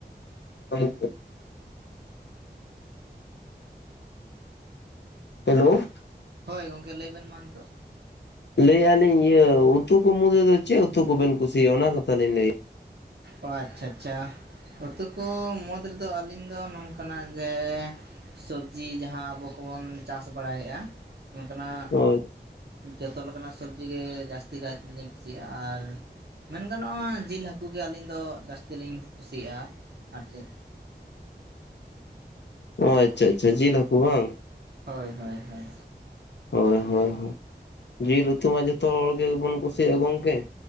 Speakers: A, on the left; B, on the right.
A: <unintelligible> ᱦᱮᱞᱳ,
B: ᱦᱳᱭ ᱜᱚᱢᱠᱮ ᱞᱟᱹᱭᱵᱮᱱ ᱢᱟ ᱱᱤᱛᱳᱜ?
A: ᱞᱟᱹᱭᱮᱼᱟ ᱞᱤᱧ ᱤᱭᱟᱹ ᱩᱛᱩ ᱠᱚ ᱢᱩᱫᱽ ᱫᱚ ᱪᱮᱫ ᱩᱛᱩ ᱠᱚᱵᱮᱱ ᱠᱩᱥᱤᱭᱟᱜᱼᱟ ᱚᱱᱟ ᱠᱟᱛᱷᱟ ᱞᱤᱧ ᱞᱟᱹᱭ᱾
B: ᱚ ᱟᱪᱪᱷᱟ ᱟᱪᱪᱷᱟ ᱜᱟᱛᱮ ᱠᱚ ᱢᱚᱫᱽ ᱨᱮᱫᱚ ᱟᱹᱞᱤᱧ ᱫᱚ ᱱᱚᱝᱠᱟᱱᱟᱜ ᱡᱮ ᱥᱚᱵᱡᱤ ᱡᱟᱦᱟᱸ ᱟᱵᱚ ᱠᱚᱵᱚᱱ ᱪᱟᱥ ᱵᱟᱲᱟᱭᱮᱫᱼᱟ ᱚᱱᱠᱟᱱᱟᱜ᱾
A: ᱦᱳᱭ᱾
B: ᱡᱚᱛᱚ ᱞᱮᱠᱟᱱᱟᱜ ᱥᱚᱵᱡᱤ ᱜᱮ ᱡᱟᱹᱥᱛᱤ ᱠᱟᱭ ᱛᱮᱞᱤᱧ ᱠᱩᱥᱤᱭᱟᱜᱼᱟ ᱟᱨ ᱢᱮᱱ ᱜᱟᱱᱚᱜᱼᱟ ᱡᱤᱞ ᱦᱟᱹᱠᱩ ᱜᱮ ᱟᱹᱞᱤᱧ ᱫᱚ ᱡᱟᱹᱥᱛᱤ ᱞᱤᱧ ᱠᱩᱥᱤᱭᱟᱜᱼᱟ ᱟᱨ ᱪᱮᱫ?
A: ᱚ ᱟᱪᱪᱷᱟ ᱟᱪᱪᱷᱟ ᱡᱤᱞ ᱦᱟᱹᱠᱩ ᱵᱟᱝ ᱾
B: ᱦᱳᱭ ᱦᱳᱭ ᱦᱳᱭ᱾
A: ᱦᱳᱭ ᱦᱳᱭ ᱡᱤᱞ ᱩᱛᱩ ᱢᱟ ᱡᱚᱛᱚ ᱦᱚᱲ ᱜᱮᱵᱚᱱ ᱠᱩᱥᱤᱭᱟᱜᱼᱟ ᱜᱚᱢᱠᱮ᱾